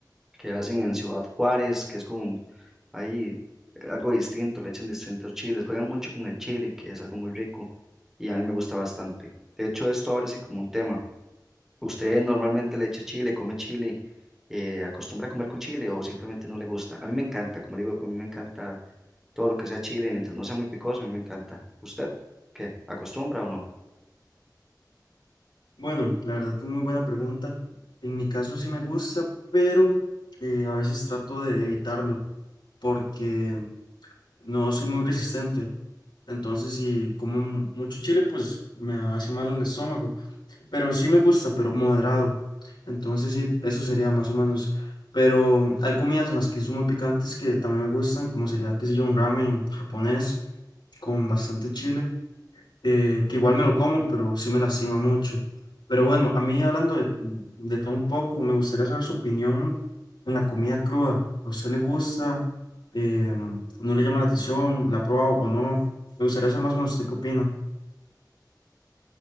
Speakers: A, in the centre; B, on the left (about 85°).
A: que hacen en Ciudad Juárez, que es como hay algo distinto, le echan distintos chiles, juegan mucho con el chile, que es algo muy rico y a mí me gusta bastante. De hecho, esto ahora sí como un tema. ¿Usted normalmente le echa chile, come chile, eh, acostumbra a comer con chile o simplemente no le gusta? A mí me encanta, como le digo, a mí me encanta todo lo que sea chile, mientras no sea muy picoso, a mí me encanta. ¿Usted qué? ¿Acostumbra o no?
B: Bueno, la verdad es muy buena pregunta. En mi caso sí me gusta, pero eh, a veces trato de evitarlo porque no soy muy resistente. Entonces, si como mucho chile, pues me hace mal el estómago. Pero sí me gusta, pero moderado. Entonces sí, eso sería más o menos. Pero hay comidas en las que son muy picantes que también me gustan, como sería, qué sé yo, un ramen japonés con bastante chile, eh, que igual me lo como, pero sí me lastima mucho. Pero bueno, a mí hablando de, de todo un poco, me gustaría saber su opinión en la comida cruda. ¿A usted le gusta? Em, ¿no le llama la atención? ¿La ha probado o no? Me gustaría saber más o menos usted qué opina.